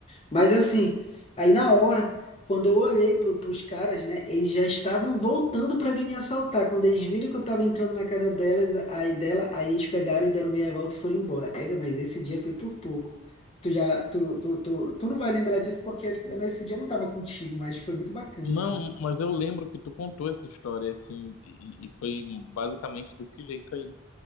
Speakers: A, on the left; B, on the left.
A: Mas assim, aí na hora, quando eu olhei pro, pros caras, né, eles já estavam voltando pra vir me assaltar. Quando eles viram que eu tava entrando na casa delas, aí dela, aí eles pegaram e deram meia volta e foram embora. Ega, mas esse dia foi por pouco. Tu já, tu, tu, tu, tu não vai lembrar disso porque nesse dia eu não tava contigo, mas foi muito bacana,
B: Não,
A: assim.
B: mas eu lembro que tu contou essa história, assim, e, e foi basicamente desse jeito aí.